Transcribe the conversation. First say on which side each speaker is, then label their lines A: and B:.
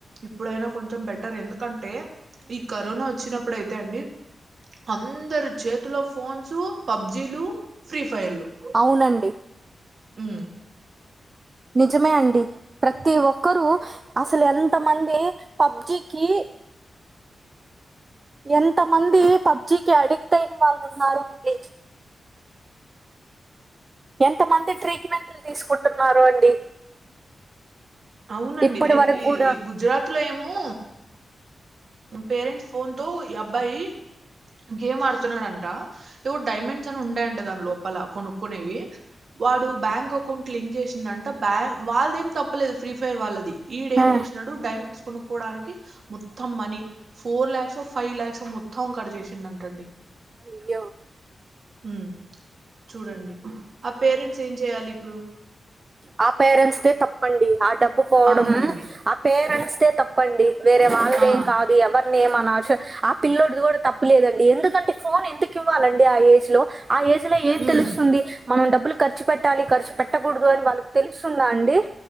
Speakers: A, on the right; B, on the right.
A: ఇప్పుడైనా కొంచెం బెటర్ ఎందుకంటే ఈ కరోనా వచ్చినప్పుడు అయితే అండి అందరు చేతిలో ఫోన్సు పబ్జీలు ఫ్రీ ఫైర్లు
B: అవునండి
A: ఉమ్,
B: నిజమే అండి ప్రతి ఒక్కరూ అసలు ఎంత మంది పబ్జికి ఎంత మంది పబ్జికి అడిక్ట్ అయిన వాళ్ళు ఉన్నారో అండి ఎంత మంది ట్రీట్మెంట్లు తీసుకుంటున్నారో అండి
A: అవునండి
B: ఇప్పటి
A: అయితే
B: వరకు
A: ఈ
B: కూడా
A: ఈ గుజరాత్ లో ఏమో పేరెంట్స్ ఫోన్ తో ఈ అబ్బాయి గేమ్ ఆడుతున్నాడంట డైమండ్స్ అని ఉంటాయంట దాని లోపల కొనుక్కునేవి వాడు బ్యాంక్ అకౌంట్ లింక్ చేసి అంట బ్యా వాళ్ళది ఏం తప్పులేదు ఫ్రీ ఫైర్ వాళ్ళది వీడు ఏం
B: ఆ
A: చేసినడు డైమండ్స్ కొనుకోడానికి మొత్తం money four lakhs five lakhs మొత్తం మొత్తం కట్ చేసిండ అంటండి
B: అయ్యో
A: ఉమ్ చూడండి ఆ పేరెంట్స్ ఏం చేయాలి ఇప్పుడు
B: ఆ పేరెంట్స్ దే తప్పండి ఆ డబ్బు పోవడం
A: అవునండి
B: ఆ పేరెంట్స్ దే తప్పండి వేరే వాళ్ళదెం
A: ఆ
B: కాదు ఎవరిని ఏం అనాల్సి ఆ పిల్ల్లోడిది కూడా తప్పు లేదండి ఎందుకంటే ఫోన్ ఎందుకు ఇవ్వాలండి ఆ ఏజ్ లో ఆ ఏజ్ లో ఏం
A: ఉమ్
B: తెలుస్తుంది మనం డబ్బులు ఖర్చు పెట్టాలి ఖర్చు పెట్టకూడదు అని వాళ్ళకి తెలుస్తుందా అండి